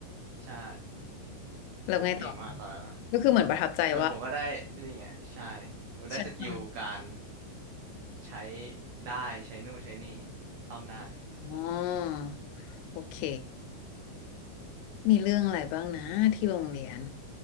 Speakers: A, on the right (about 80°); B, on the left (about 85°).
A: ใช่
B: แล้วไงต่อคะ
A: ผมเก่งมากตอนนั้นอะ
B: ก็คือเหมือนประทับใจว่า
A: เออผมก็ได้นี่ไงใช่ผมได้สกิลการ
B: ฉันท
A: ใช้ได้ใช้นู่นใช้นี่ซ่อมได้
B: ำอ๋อโอเค มีเรื่องอะไรบ้างนะที่โรงเรียน